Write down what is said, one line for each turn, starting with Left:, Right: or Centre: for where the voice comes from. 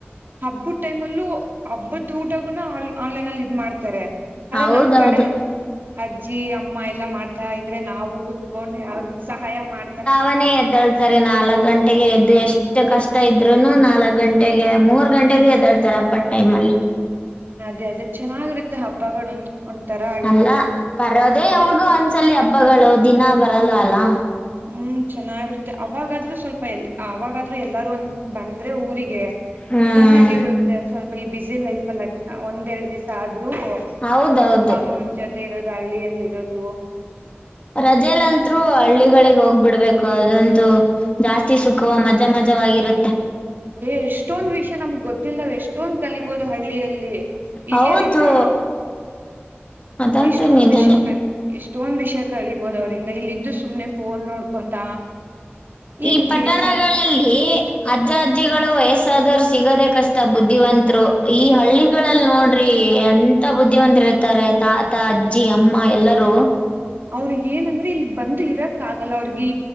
Right: ಹಬ್ಬದ್ ಟೈಮ್ ಅಲ್ಲೂ ಹಬ್ಬದ ಊಟಗೂನ ಆಲ್ ಆನ್ಲೈನ್ ಅಲ್ಲಿ ಇದ್ ಮಾಡ್ತಾರೆ ಅದೇ
Left: ಹೌದೌದ್.
Right: ನಮ್ ಕಡೆ ಅಜ್ಜಿ ಅಮ್ಮ ಎಲ್ಲಾ ಮಾಡ್ತಾ ಇದ್ರೆ ನಾವು ಕೂತ್ಕೊಂಡ್ ಅವ್ರಿಗೆ ಸಹಾಯ ಮಾಡ್ತಾ
Left: ಗನೆ ಎದ್ದಳ್ತಾರೆ ನಾಲ್ಕು ಗಂಟೆಗೆ ಎದ್ದು ಎಷ್ಟೇ ಕಷ್ಟ ಇದ್ರುನು ನಾಲ್ಕು ಗಂಟೆ ಟೆಗೆ ಮೂರು ಗಂಟೆಗೂ ಹೆದೆಳ್ತಾರೆ ಹಬ್ಬದ ಟೈಮ್ ಅಲ್ಲಿ
Right: ಅದೇ ಅದೇ ಚೆನ್ನಾಗಿರುತ್ತೆ ಹಬ್ಬಗಳ ಒಂದ್ ಒಂತರಾ
Left: ಅಲ್ಲ ಬರೋದೆೇ ಯಾವಗ ಒಂದ್ಸಲಿ ಹಬ್ಬಗಳು ದಿನ ಬರಲ್ಲ ಅಲ್ಲಾ
Right: ಹ್ಮ್ ಚೆನ್ನಾಗಿರುತ್ತೆ ಅವಾಗಾದ್ರೂ ಸ್ವಲ್ಪ ಎ ಅವಾಗಾದ್ರೂ ಎಲ್ಲಾರೂ ಒಂದ್ ಬಂದ್ರೆ ಊರಿಗೆ
Left: ಹ್ಮ್
Right: ಚೆನ್ನಾಗಿರುತ್ತೆ ಸ್ವಲ್ಪ ಈ ಬಿಜಿ ಲೈಫಲ್ ಒಂದೆರಡ್ ದಿವಸ್ ಆದ್ರೂ
Left: ಹೌದೌದು
Right: ಅಪ್ಪ ಅಮ್ಮನ ಜೊತೆ ಇರೋದು ಹಳ್ಳಿಯಲ್ಲಿ ಇರೋದು.
Left: ರಜೆಲ್ಲಂತ್ರೂ ಹಳ್ಳಿಗಳಿಗೆ ಹೋಗ್ಬಿಡ್ಬೇಕು ಅದಂತೂ. ಜಾಸ್ತಿ
Right: ಹಾ
Left: ಸುಖುವ ಮಜಾ ಮಜವಾಗಿರುತ್ತೆ.
Right: ಏ ಎಷ್ಟೊಂದ್ ವಿಷಯ ನಮ್ಗ್ ಗೊತ್ತಿಲ್ಲದವ್ ಎಷ್ಟೊಂದ್ ಕಲಿಬೋದು ಹಳ್ಳಿಯಲ್ಲಿ. ಹಿರಿಯರಿಂದ
Left: ಹೌದು ಅದಂತೂ
Right: ಎಷ್ಟೊಂದು
Left: ನಿಜಾನೇ
Right: ವಿಷಯ ಕಳಿ ಎಷ್ಟೊಂದು ವಿಷಯ ಕಳಿಬೋದು ಅವರಿಂದ ಇಲ್ಲಿದ್ದು ಸುಮ್ಮನೆ ಪೋನ್ ನೋಡ್ಕೊಂತ.
Left: ಈ
Right: ಏನ್
Left: ಪಟ್ಟಣಗಳಲ್ಲಿ
Right: ಗೇಮ್ಸ್ ಆಡ್
Left: ಅಜ್ಜ ಅಜ್ಜಿಗಳು ವಯಸ್ಸಾದವರು ಸಿಗೋದೆ ಕಷ್ಟ ಬುದ್ಧಿವಂತರು ಈ ಹಳ್ಳಿ ಗಳಲ್ಲಿ ನೋಡ್ರಿ ಎಂತ ಬುದ್ಧಿವಂತ
Right: ಹ್ಮ್
Left: ಇರ್ತಾರೆ ತಾತ ಅಜ್ಜಿ ಅಮ್ಮ ಎಲ್ಲರೂ.
Right: ಅವ್ರಿಗೆ ಏನಂದ್ರೆ ಇಲ್ಲಿ ಬಂದು ಇರಕ್ ಆಗಲ್ಲ ಅವ್ರಗೀ